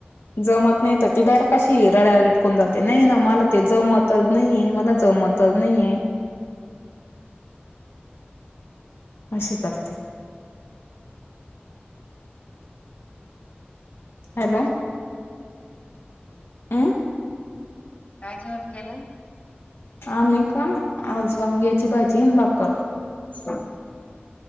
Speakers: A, on the left; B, on the left.
A: जमत नाही तर ती डार कशी रड्याटकून जाते नाही ना मला ते जमतच नाहीये मला जमत तर नाहीये अशी करते हॅलो
B: काय
A: हम्
B: काय जेवन केलं
A: आम्ही का आजवांग्याची भाजी बाक
B: अ